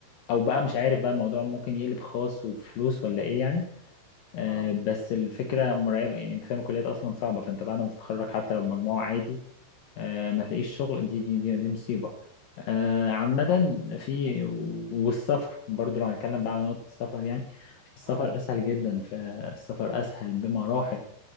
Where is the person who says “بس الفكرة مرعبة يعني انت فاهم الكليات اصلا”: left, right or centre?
Left